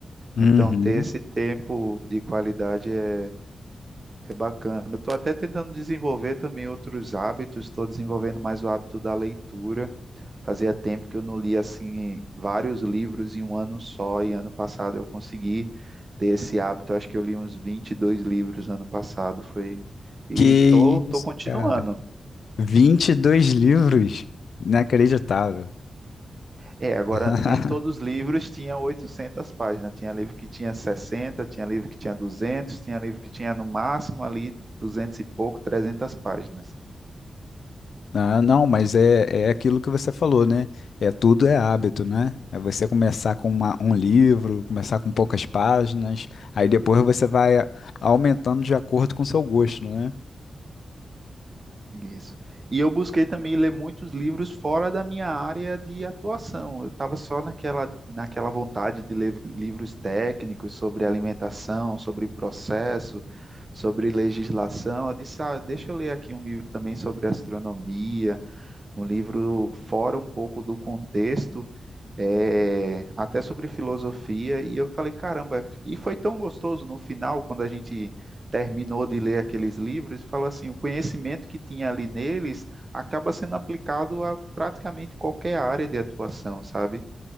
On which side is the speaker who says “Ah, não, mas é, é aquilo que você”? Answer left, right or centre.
Left